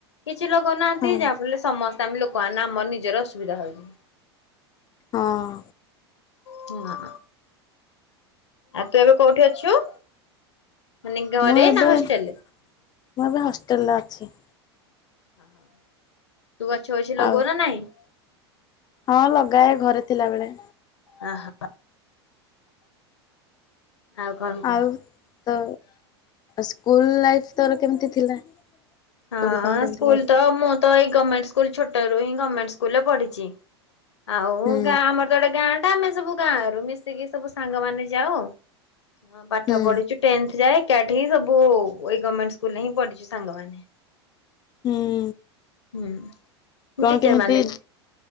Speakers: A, on the left (about 85°); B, on the left (about 30°).
A: କିଛି ଲୋକ ନାହାନ୍ତି
B: ହଁ
A: ଯାହାଫଳରେ ସମସ୍ତେ ଆମେ ଲୋକମାନେ ଆମର ନିଜର ଅସୁବିଧା ହଉଛି।
B: ହଁ।
A: ହୁଁ ଆ। ଆଉ ତୁ ଏବେ କୋଉଠି ଅଛୁ? ମାନେ ଘରେ
B: ମୁଁ ଏବେ
A: ନା ହଷ୍ଟେଲରେ?
B: ମୁଁ ଏବେ ହଷ୍ଟେଲେ ଅଛି।
A: ଓହୋ ତୁ ଗଛ ଫଛ
B: ଆଉ
A: ଲଗଉ ନା ନାଇଁ?
B: ହଁ ଲଗାଏ ଘରେ ଥିଲାବେଳେ।
A: ଅ ହଁ। ଆଉ କଣ କହ?
B: ଆଉ ତୋ ସ୍କୁଲ ଲାଇଫ ତୋର କେମିତି ଥିଲା?
A: ହଁ
B: କୋଉଠି କଣ କେମିତି
A: ସ୍କୁଲ
B: ପଢୁଥିଲୁ?
A: ତ ମୁଁ ତ ଏଇ ଗଣ୍ଣମେଣ୍ଟ ସ୍କୁଲ ଛୋଟରୁ ହିଁ ଗମେଣ୍ଟ ସ୍କୁଲରେ ପଢିଚି। ଆଉ
B: ହୁଁ
A: ଗାଁ ଆମର ତ ଗୋଟେ ଗାଁ ଟା ଆମେ ସବୁ ଗାଁ ରରୁ ମିଶିକି ସବୁ ସାଙ୍ଗ ମାନେ ଯାଉ। ହଁ ପାଠ
B: ହୁଁ
A: ପଢୁଛୁ ଟେନ୍ଥ ଯାଏ ଏକାଠି ହିଁ ସବୁ ଏଇ ଗର୍ମେଣ୍ଟ ସ୍କୁଲରେ ହିଁ ପଢିଛୁ ସାଙ୍ଗମାନେ।
B: ହୁଁ।
A: ହୁଁ।
B: କଣ
A: ଟିଚର
B: କେମିତି
A: ମାନେ ବି